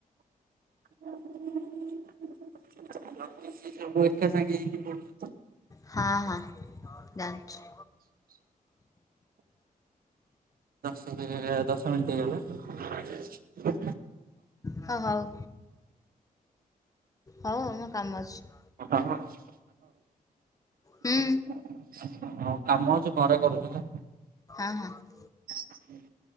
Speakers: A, on the right; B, on the left.
A: <unintelligible> ଲକି ସିଏ ସବୁ ଏକ ସାଙ୍ଗହୋଇ କି ପଢୁ
B: ହଁ ହଁ ଜାଣିଛି।
A: ଦଶ ଦିନିଆ ଦଶ ମିନିଟ୍ ହେଇଗଲେ
B: ହ ହଉ, ହଉ ମୋ କାମ ଅଛି।
A: କଁ କାମ ଅଛି
B: ହୁଁ
A: ହାଲୋ। ହଉ, କାମ ଅଛି ପରେ କରୁଛି ହେଲା।
B: ହଁ ହଁ।
A: <unintelligible>